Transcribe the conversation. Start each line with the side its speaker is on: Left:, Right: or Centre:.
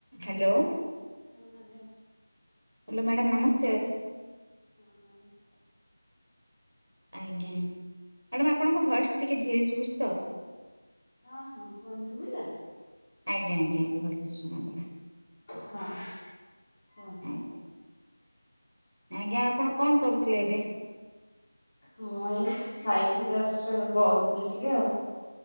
Right: Hello.
Left: ହଁ hello.
Right: Hello madam ନମସ୍କାର।
Left: ହଁ ନମସ୍କାର।
Right: ମ୍ୟାଡ଼ାମ୍ ଆପଣଙ୍କ ଭୟସଟା ଟିକେ ଧୀରେ ଶୁଭୁଛି ତ।
Left: ହଁ-ହଁ, କୁହନ୍ ଶୁଭିଲା?
Right: ଆଜ୍ଞା ଆଜ୍ଞା, ଏବେ ଭଲସେ ଶୁଣାଗଲା।
Left: ହଁ, କୁହନ୍ତୁ।
Right: ଆଜ୍ଞା। ଆଜ୍ଞା, ଆପଣ କଣ କରୁଥିଲେ ଏବେ?
Left: ମୁଁ ଏଇ ଖାଇକି ଜଷ୍ଟ ଗଡୁଥିଲି ଟିକେ ଆଉ।